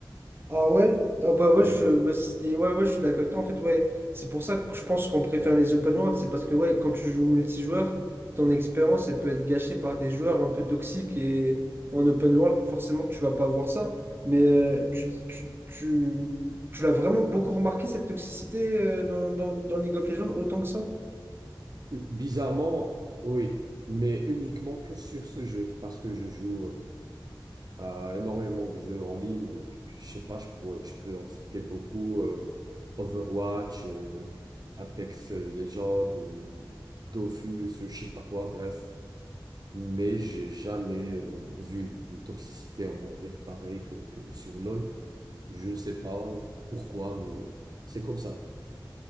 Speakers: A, on the right (about 25°); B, on the right (about 50°).
A: Ah ouais? Ah bah ouais,
B: Oui,
A: je, ouais, c'était- ouais, ouais, je suis d'accord avec toi. En fait, ouais, c'est pour ça que je pense qu'on préfère les open world. C'est parce que ouais, quand tu joues au multijoueur, ton expérience, elle peut être gâchée par des joueurs un peu toxiques. Et en open world, forcément que tu vas pas voir ça. Mais euh, tu, tu, tu, tu l'as vraiment beaucoup remarqué, cette toxicité euh, dans, dans, dans League of Legends, autant que ça?
B: Bizarrement, oui, mais uniquement que sur ce jeu, parce que je joue euh, à énormément de jeux en ligne. Je, je sais pas, je, pourrais- je peux en citer beaucoup. euh, Overwatch, euh, Apex euh, Legends, euh, Dofus, je sais pas quoi, bref. Mais j'ai jamais euh, vu une toxicité, on va dire, pareille que, que sur LoL. Je ne sais pas pourquoi, mais c'est comme ça.